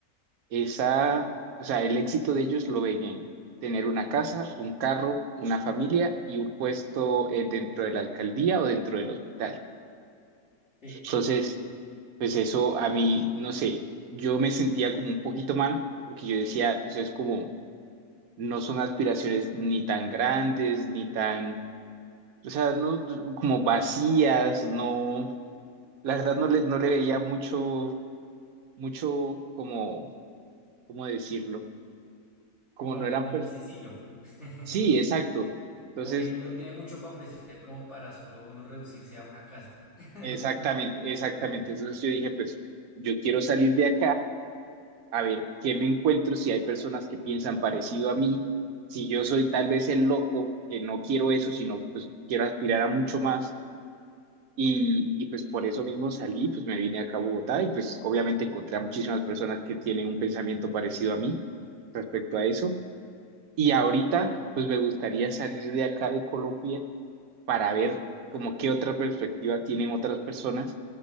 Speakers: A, on the right; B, on the left.
A: esa, o sea, el éxito de ellos lo ven en tener una casa, un carro, una familia y un puesto eh, dentro de la alcaldía o dentro del hospital.
B: Sí,
A: Entonces, pues eso a mí, no sé, yo me sentía como un poquito mal porque yo decía, pues es como, no son aspiraciones ni tan grandes, ni tan, o sea, no, no, como vacías, no, la verdad no le, no le veía mucho, mucho como, ¿cómo decirlo? Como
B: como,
A: no eran,
B: como
A: pers-
B: muy sencillo. <laughs>
A: Sí, exacto. Entonces,
B: Como que el mundo tiene mucho para ofrecer como para solo uno reducirse a una casa. <laughs>
A: exactamente, exactamente. Entonces yo dije, pues yo quiero salir de acá a ver qué me encuentro, si hay personas que piensan parecido a mí, si yo soy tal vez el loco, que no quiero eso, sino pues quiero aspirar a mucho más. Y, y pues por eso mismo salí, pues me vine acá a Bogotá y pues obviamente encontré a muchísimas personas que tienen un pensamiento parecido a mí respecto a eso. Y ahorita, pues me gustaría salir de acá de Colombia para ver como qué otra perspectiva tienen otras personas